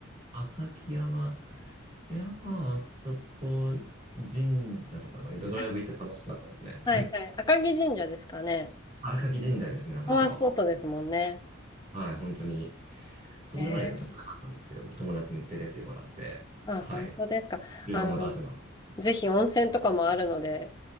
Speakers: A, on the right; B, on the left.
A: 赤城山、いや、まあ、あそこ、神社とかまでドライブ行って楽しかったですね。
B: あ <laughs> はいはい。赤城神社ですかね。
A: あ荒垣神社ですね、あそこ。
B: パワースポットですもんね。
A: はい、本当に。それまでだと知らなかったんですけども、
B: ええ
A: 友達に連れてってもらって、
B: あ、
A: はい、
B: 本当ですか。
A: 車も出してます。
B: あの、ぜひ温泉とかもあるので、